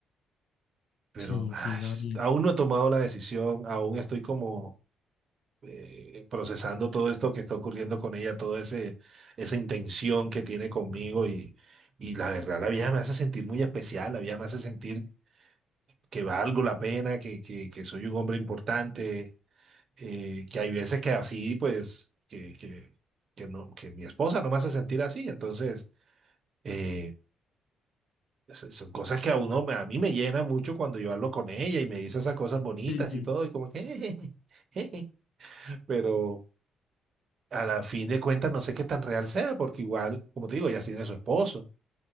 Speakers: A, on the right; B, on the left.
A: pero
B: Sí,
A: ay,
B: sí, Gabriel.
A: aún no he tomado la decisión, aún estoy como eh, procesando todo esto que está ocurriendo con ella, toda ese, esa intención que tiene conmigo y, y la verdad, la vieja me hace sentir muy especial, la vieja me hace sentir que valgo la pena, que, que, que soy un hombre importante, eh, que hay veces que así, pues, que, que, que no, que mi esposa no me hace sentir así, entonces... eh, Son son cosas que a uno, me- a mí me llena mucho cuando yo hablo con ella y me dice esas cosas bonitas
B: Sí, sí.
A: y todo, y como que, <laughs> jeje, pero a la fin de cuentas no sé qué tan real sea, porque igual, como te digo, ella tiene a su esposo.